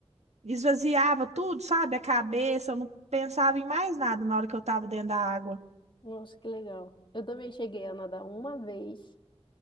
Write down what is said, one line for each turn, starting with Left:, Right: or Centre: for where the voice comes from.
Right: esvaziava tudo, sabe? A cabeça, eu não pensava em mais nada na hora que eu estava dentro da água.
Left: Nossa, que legal. Eu também cheguei a nadar uma vez.